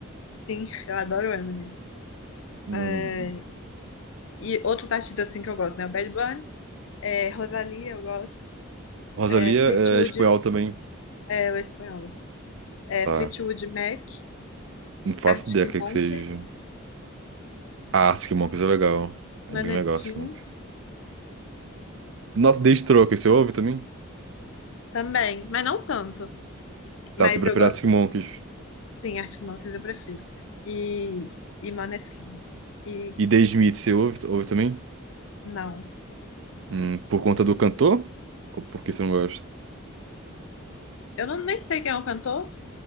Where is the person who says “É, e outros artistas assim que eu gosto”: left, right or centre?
Left